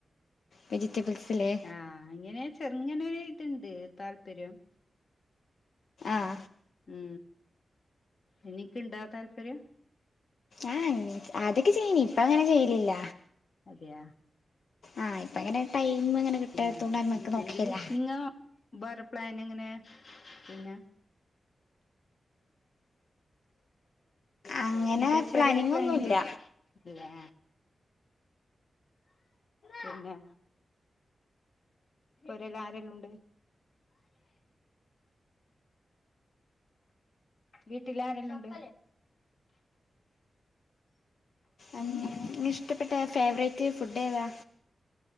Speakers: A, on the left; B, on the left.
A: വെജിറ്റബിൾസിലേ
B: ആഹ് ഇങ്ങനെ ചെറുങ്ങനെരു ഇതുണ്ട് താല്പര്യം
A: ആ
B: ഉ എനിക്കണ്ടാ താല്പര്യം
A: ആഹ അദ്യതൊക്കെ ചെയ്യനി ഇപ്പ അങ്ങനെ ചെയ്ലില്ല
B: അതെയാ
A: ആ ഇപ്പോ അങ്ങനെ ടൈം അങ്ങനെ കിട്ടാത്തോണ്ട്
B: പിന്നെ
A: അയ്മക്ക്
B: ഇതണ്ട്
A: നോക്കേല്ല
B: നിങ്ങ ബറപ്ലൻ എങ്ങനെ പിന്നെ?
A: അങ്ങനെ
B: ങ്ങത്തേ ചെറിയ
A: പ്ലാനിങ്
B: പ്ലൈന്-
A: ഒന്നുല്ല
B: അല്ലേ പിന്നെ? പൊരെല്ല് ആരെല്ലാം ഉണ്ട്? വീട്ടിൽ ആരല്ലാംണ്ടു?
A: അങ്ങനെ നി ഇഷ്ടപ്പെട്ട ഫേവറേറ്റ് ഫുഡ് ഏതാ?